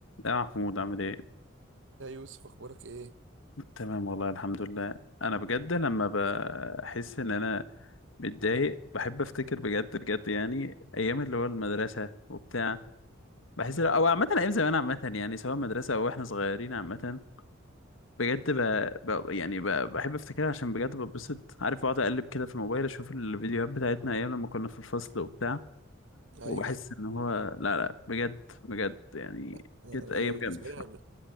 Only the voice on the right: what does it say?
يا يوسف اخبارك ايه
مم.
مم.
ايوه
انا انا
أنا بالنسبه
لي انا ب-